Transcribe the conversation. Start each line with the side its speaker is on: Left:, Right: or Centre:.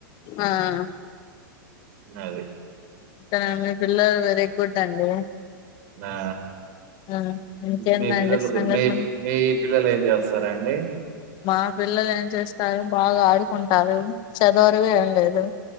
Left: ఆ ఆ
Right: అది
Left: ఇక్కను మీ పిల్లలు వెరీ గుడ్ అండి
Right: నా
Left: ఆ ఇంకేందండి
Right: మీ పిల్లలకు
Left: సంగతులు
Right: మీ మీ పిల్లలు ఏం చేస్తారండి
Left: మా పిల్లలు ఏం చేస్తారు బాగా ఆడుకుంటారు చదవరువి ఏం లేదు